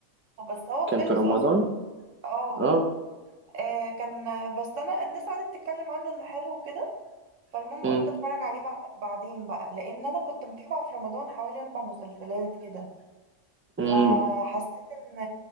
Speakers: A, on the right (about 70°); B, on the right (about 20°).
A: بس هو
B: كان
A: خلص
B: في رمضان
A: أصلا اه
B: اه
A: آه، كان بس أنا الناس قعدت تتكلم عنه إنه حلو وكده فالمهم
B: امم
A: قلت أتفرج عليه بع- بعدين بقى لأن أنا كنت متابعة في رمضان حوالي أربع مسلسلات كده
B: امم
A: فحسيت إن